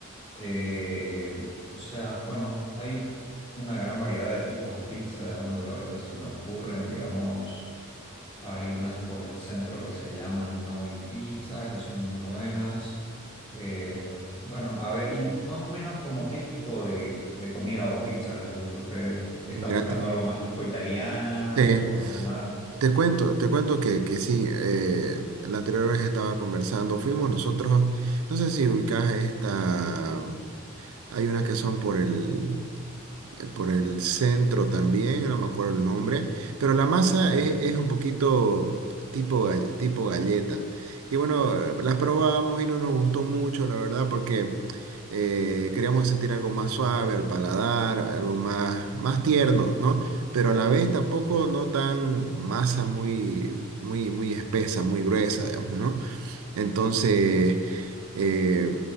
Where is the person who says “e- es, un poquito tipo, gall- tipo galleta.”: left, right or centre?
Right